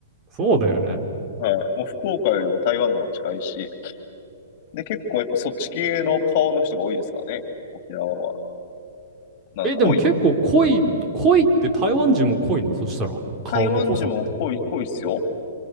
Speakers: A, on the right; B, on the left.
A: そうだよね。
B: はい。もう福岡よりも台湾の方が近いし、で、結構やっぱそっち系の顔の人が多いですからね。沖縄は。なんか濃い。
A: え、でも結構濃い、濃いって台湾人も濃いのそしたら。顔の濃さって。
B: 台湾人も濃い、濃いっすよ。